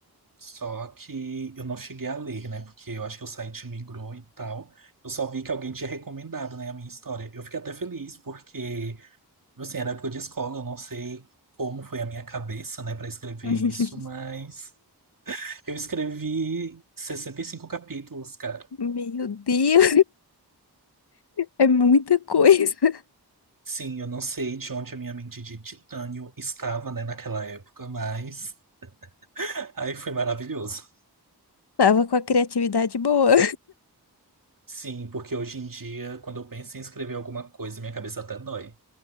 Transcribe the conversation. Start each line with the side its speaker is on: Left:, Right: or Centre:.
Right: só que eu não cheguei a ler, né? Porque eu acho que o site migrou e tal. Eu só vi que alguém tinha recomendado, né, a minha história. Eu fiquei até feliz, porque Tipo Assim, era época de escola, eu não sei como foi a minha cabeça, né, para escrever
Left: <laughs>
Right: isso, mas eu escrevi 65 capítulos, cara.
Left: Meu Deus, é muita coisa. <laughs>
Right: Sim, eu não sei de onde a minha mente de titânio estava, né, naquela época, mas <laughs> aí foi maravilhoso.
Left: Tava com a criatividade boa.
Right: Sim, porque hoje em dia, quando eu penso em escrever alguma coisa, minha cabeça até dói.